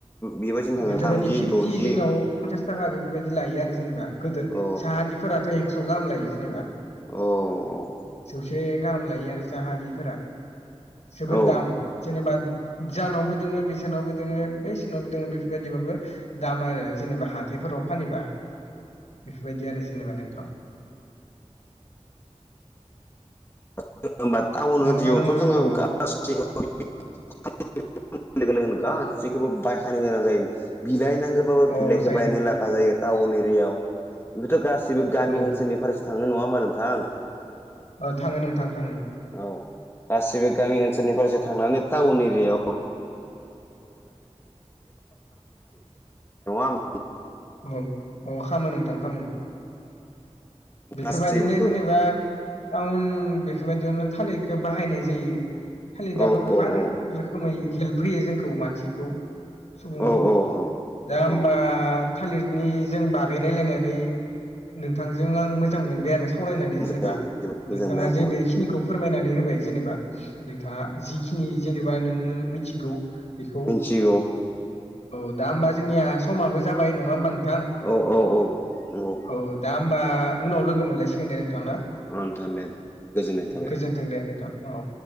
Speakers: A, on the left (about 70°); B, on the left (about 20°).
A: <inaudible>
B: बेबायदिनो थाङो
A: बेफोरबायदि
B: थामजि
A: फिफ्टि
B: द'जि
A: जोंनियाव फन्सास थाखा बेफोरबायदि लायो आरो जेनेबा गोदोर
B: औ
A: साहादिफोराथ' एक्स' गाहाम लायो जेनेबा।
B: औ औ।
A: गुसे गाहाम लायो आरो साहा बिफोरा जोबोद
B: औ
A: दाम। जेनेबा जानावबो दोङो बेसानावबो दोङो बै सोनावबो दोङो बेफोरबायदिबाबो दाम आरो जेनेबा हाथायफोराव फानैबा। बेफोरबायदि आरो जेनेबा नोंथां।
B: <unintelligible> टाउन
A: नोंथां
B: ओदियावथ'जोङो
A: औ
B: गासै <unintelligible> <unintelligible> गासिखोबो बायखानो गोनां जायो। बिलाइनांगो बाबो
A: अ
B: बिलाइखो
A: जायो
B: बायनो
A: नोंथां
B: लागा जायो टाउन एरियाव बिबोथ' गासिबो गामि
A: औ
B: ओनसोलनि फ्रायसो थाङो नङा होमबा नोंथां?
A: ओ थाङो नोंथां थाङो।
B: औ गासिबो गामि ओनसोलनिफ्रायसो थांनानै टाउन एरियायाव <unintelligible> <unintelligible>
A: औ अ खामो नोंथां खामो। बेफोबायदिनो
B: गासैबो
A: जेनेबा टाउन बेफोबायदियावनो थालिखो बाहायनाय जायो। थालिदाबो
B: औ
A: गोबां
B: औ औ
A: रोखोमै हेल्प होयो जोंखौ मानसिखौ। सुबुंखौ
B: औ औ औ
A: दा ओमबा
B: औ
A: थालिरनि जों बागै रायलायनानै नोंथांजों आं मोजां मोनबाय आरो सावरायनानै
B: मोजां
A: जेनेबा
B: मोनबाय जोबोद मोजां
A: नोंथाङा
B: मोनबाय
A: जे
B: आंबो
A: बेखिनिखौ फोरमायनानै होबाय जेनेबा। नोंथाङा जिखिनि जेनेबा नोङो मिथिगौ बिखौ
B: मिथिगौ
A: औ दा होनबा जोंनिया समाबो जाबाय नङा होमबा नोंथां?
B: औ औ औ। नंगौ ओ
A: औ दा ओमबा उनाव लोगो मोनलायसिगोन दे नोंथां ना।
B: नोंथां दे गोजोननाय थाबाय
A: गोजोनथों दे नोंथां औ।